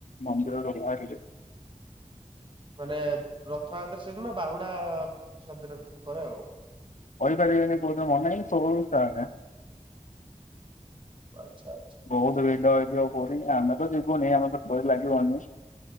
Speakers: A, on the left (about 70°); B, on the right (about 40°).
A: ମନ୍ଦିରରୁ ବାହାରିଲେ।
B: ମାନେ ରଥଯାତ୍ରା ସେଦିନ ବାହୁଡା ସାତ ଦିନ ପରେ ଆଉ।
A: କହିପାରିବିନି କୋଉ ଦିନ ମନା ନାଇଁ ଷୋହଳରୁ ଷ୍ଟାର୍ଟ।
B: ଆଚ୍ଛା ଆଚ୍ଛା।
A: ବହୁତ ଭିଡ ହେଇଥିବ ପୁରୀ ଆମେ ତ ଯିବୁନି ଆମେ ତ ଡୋରି ଲାଗିବନି